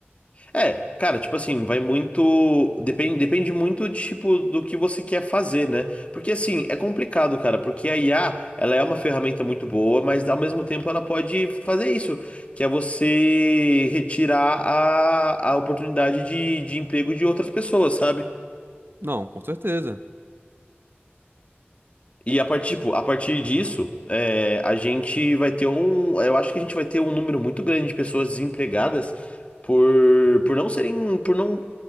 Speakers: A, on the left; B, on the right.
A: É, cara, tipo assim, vai muito. Depende, depende muito de, tipo, do que você quer fazer, né? Porque assim, é complicado, cara, porque a IA, ela é uma ferramenta muito boa, mas ao mesmo tempo ela pode fazer isso, que é você retirar a, a oportunidade de, de emprego de outras pessoas, sabe?
B: Não, com certeza.
A: E a partir, tipo, a partir disso, é, a gente vai ter um. Eu acho que a gente vai ter um número muito grande de pessoas desempregadas por, por não serem. Por não.